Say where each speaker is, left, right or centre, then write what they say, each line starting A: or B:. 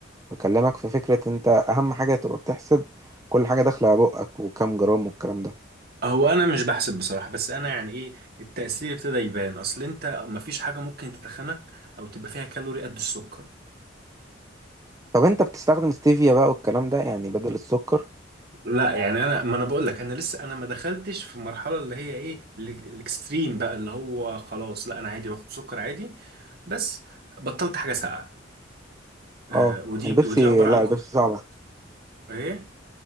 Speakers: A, on the right; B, on the right.
A: بكلمك في فكرة انت اهم حاجة تبقى بتحسب كل حاجة داخلة على بقك وكام جرام والكلام ده
B: هو انا مش بحسب بصراحة بس انا يعني ايه التأثير ابتدى يبان اصل انت مفيش حاجة ممكن تتخنك او تبقى فيها كالوري قد السكر
A: طب انت بتستخدم ستيفيا بقى والكلام ده يعني بدل السكر
B: لا يعني انا ما انا بقول لك انا لسه انا ما دخلتش في المرحلة اللي هي ايه ال- الاكستريم بقى اللي هو خلاص لا انا عادي باخد سكر عادي بس بطلت حاجة ساقعة آه
A: اه
B: ودي
A: البيبسي
B: ودي عبارة
A: لا
B: عن
A: البيبسي
B: كو-
A: صعبة
B: ايه